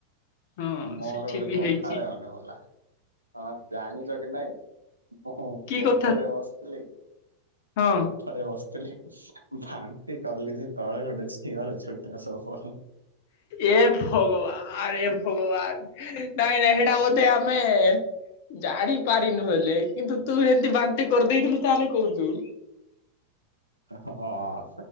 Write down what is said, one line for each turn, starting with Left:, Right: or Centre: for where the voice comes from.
Left: ହଁ
Right: ମୋର
Left: ସେଠି
Right: ଗୋଟେ
Left: ବି
Right: କଥା
Left: ହେଇଛି
Right: ଟେ ମନେପଡ଼ିଲା। ହଁ ଜାଣିଚ କି ନାଇଁ ମୁଁ
Left: କି କଥା
Right: ଉପରେ ବସିଥିଲି।
Left: ହଁ।
Right: ଉପରେରେ ବସିଥିଲି। ବାନ୍ତି କଲି ଯେ ତଳେ ଗୋଟେ ଝିଅର ଚୁଟଥିଲା ସବୁ ଫ <inaudible>
Left: ଏ ଭଗବାନ ଏ ଭଗବାନ ନାଇଁ ନାଇଁ ଏଟା ବୋଧେ ଆମେ ଜାଣି ପାରିନୁ ହେଲେ କିନ୍ତୁ ତୁ ଏମତି ବାନ୍ତି କରିଦେଇଥିଲୁ ତାହେଲେ କହୁଚୁ।
Right: ହଁ ଅ।